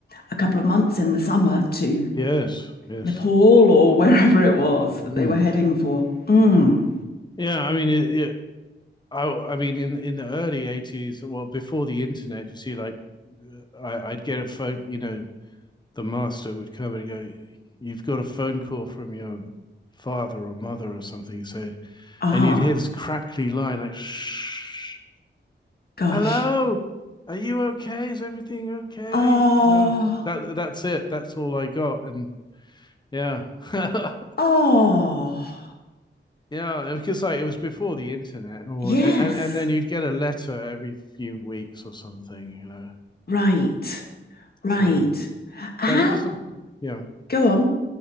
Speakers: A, on the left; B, on the left.
A: a couple of months in the summer to
B: Yes. Yes.
A: Nepal or wherever it was that
B: Hmm.
A: they were heading for. Mm.
B: Yeah, I mean, it, yeah, I I mean, in in the early eighties, well, before the internet, you see, like, I, I'd get a phone. You know, the master would come and go, "You've got a phone call from your father or mother or something." So,
A: Ah,
B: and you'd hear this crackly line like, "Shh,
A: gosh.
B: hello, are you okay? Is everything okay?"
A: Oh,
B: You know, that that's it. That's all I got, and. Yeah. <laughs>
A: oh.
B: yeah, because like it was before the internet or
A: Yes.
B: and and then you'd get a letter every few weeks or something, you know.
A: Right, right.
B: So,
A: How?
B: but it was a yeah.
A: Go on.